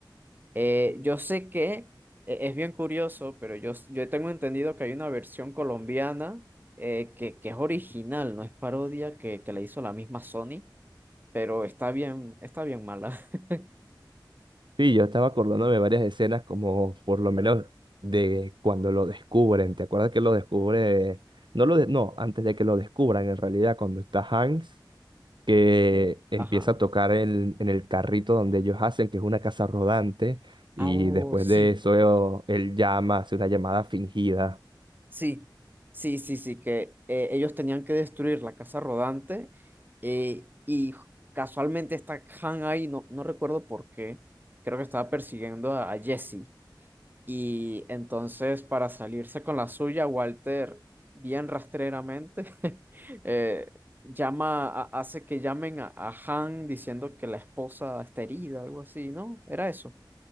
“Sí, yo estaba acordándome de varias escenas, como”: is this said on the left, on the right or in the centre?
Right